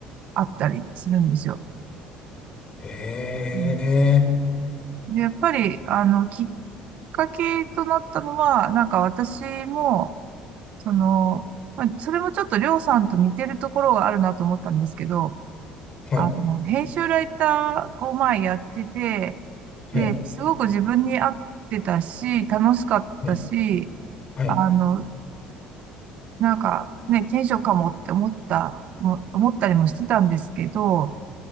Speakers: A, on the right; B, on the left.
A: あったりするんですよ。
B: え
A: うん
B: え。
A: で、やっぱり、あの、きっかけとなったのは、なんか私も、その、まあ、それもちょっとりょうさんと似てるところがあるなと思ったんですけど、
B: はい。
A: あの、編集ライターを前やってて、で、
B: はい。
A: すごく自分に合ってたし、楽しかったし、
B: はい。はい。
A: あの、なんかね、転職かもって思った、も思ったりもしてたんですけど、